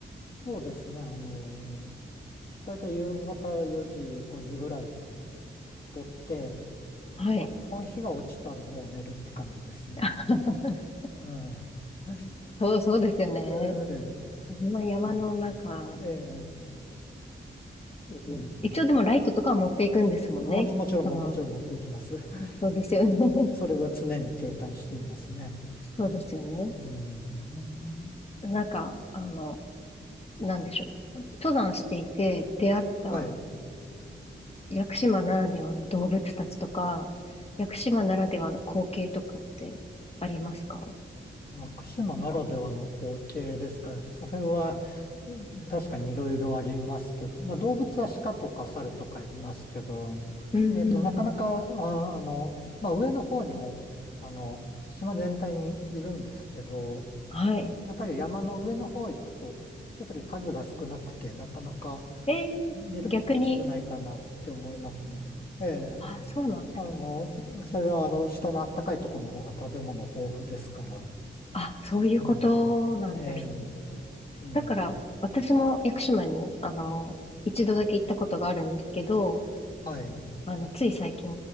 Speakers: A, on the left; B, on the left.
A: そうですね。あの、だいたい夕方4時、5時ぐらいにとって、
B: はい。
A: まあ、基本日が落ちたらもう寝るって感じですね。
B: <laughs>
A: ああ、
B: そう、そうですよね。
A: ええ、
B: こんな山の中、
A: うん、ええ、
B: うん一応でもライトとかは持っていくんですもんね。
A: うん。もち、もちろんも、
B: その、
A: もちろん持っていきます。<laughs>
B: そうですよね。<laughs>
A: それは常に携帯していますね。
B: そうですよね。
A: うん。
B: うんなんか、あの、なんでしょう。登山していて出会った
A: はい。
B: 屋久島ならではの動物たちとか、屋久島ならではの光景とかってありますか
A: 屋島ならではの光景ですか。それは、うん確かにいろいろありますけど、まあ動物は鹿とか猿とかいますけど、
B: うんうんうん。
A: えっと、なかなか、まあ、あの、まあ上の方にも、あの、島全体にいるんですけど、
B: はい。
A: やっぱり山の上の方行くと、やっぱり数が少なくて、なかなか
B: え
A: 見ることは少ないかなって思いますね。
B: え逆に、
A: ええ。
B: あ、そうなんですね。
A: あの、そそれはあの、下のあったかいところの方が食べ物豊富ですから。
B: あ、そういうことなんですね。
A: うん。ええ。うん。
B: だから、私も屋久島に、あの、一度だけ行ったことがあるんですけど、
A: はい。
B: あの、つい最近